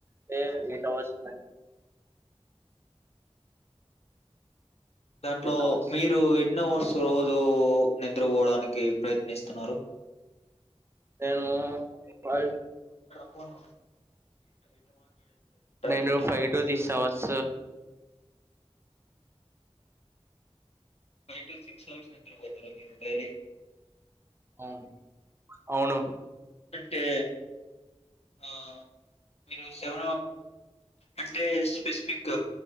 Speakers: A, on the right; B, on the left.
A: eight hours
B: దాంట్లో
A: ఎయిట్ అవర్స్
B: మీరు రోజు నిద్రపోవడానికి ప్రయత్నిస్తున్నారు
A: నేను వాల్
B: పోను
A: నేను
B: ఇట్ట
A: ఫైవ్ టు తీసావచ్చ
B: ఫైవ్ టు సిక్స్ అవర్స్ నిద్రపోతారా మీరు డైలీ
A: అవును అవును
B: అంటే ఆ మీరు సవ అంటే స్పెసిఫిక్